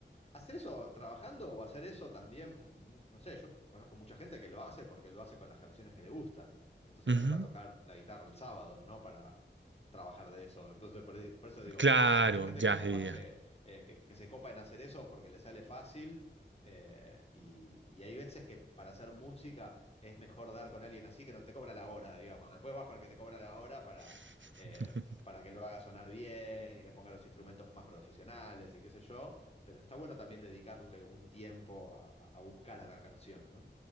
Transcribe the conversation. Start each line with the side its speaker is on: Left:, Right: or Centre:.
Left: ¿Hacer eso trabajando o hacer eso también? mu- No sé, yo conozco mucha gente que lo hace porque lo hace con las canciones que le gustan. Entonces
Right: Ujú.
Left: lo hace para tocar la guitarra el sábado, no para trabajar de eso. Entonces por, ahí- por eso digo,
Right: Claro,
Left: hay mucha gente
Right: ya,
Left: que capaz
Right: ya, ya.
Left: que, eh, que, que se copa en hacer eso porque le sale fácil. eh, y, y hay veces que para hacer música es mejor dar con alguien así que no te cobra la hora, digamos. Después vas con el que te cobra la hora para,
Right: <laughs>
Left: eh, para que lo haga sonar bien y le ponga los instrumentos más profesionales y qué sé yo. Pero está bueno también dedicarle un tiempo a, a- a buscar a la canción, ¿no?